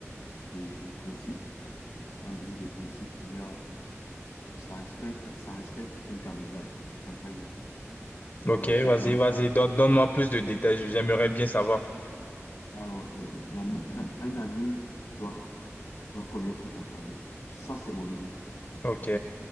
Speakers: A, on the left; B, on the left.
A: des, des principes. Quand je dis des principes, il y a, ça respecte, ça respecte un canevas, d'après moi.
B: Ok,
A: Alors, le
B: vas-y,
A: canevas,
B: vas-y. Donne, donne-moi plus de détails. J'aimerais bien savoir.
A: alors, le- l'ami, un un ami, doit doit connaître ta famille. Ça, c'est mon avis.
B: Ok,